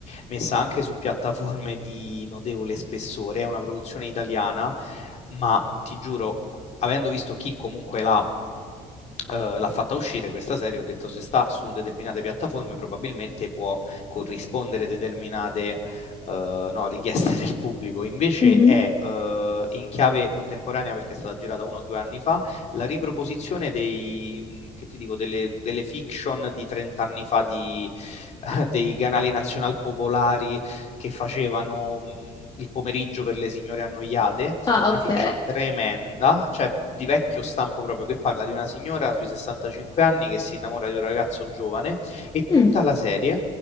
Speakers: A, on the left; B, on the left.
A: messa anche su piattaforme di notevole spessore, è una produzione italiana, ma ti giuro, avendo visto chi comunque l'ha eh, l'ha fatta uscire questa serie, ho detto se sta su determinate piattaforme probabilmente può corrispondere determinate eh, no, richieste <laughs> del pubblico, invece
B: Mhm.
A: è eh, in chiave contemporanea perché è stata girata uno o due anni fa, la riproposizione dei, che ti dico, delle, delle fiction di 30 anni fa di, <laughs> uh, dei canali nazional popolari che facevano mh, il pomeriggio per le signore annoiate
B: Ah,
A: una
B: ok.
A: fiction tremenda, cioè di vecchio stampo proprio, che parla di una signora sui 65 anni che si innamora di un ragazzo giovane e tutta
B: Mm,
A: la serie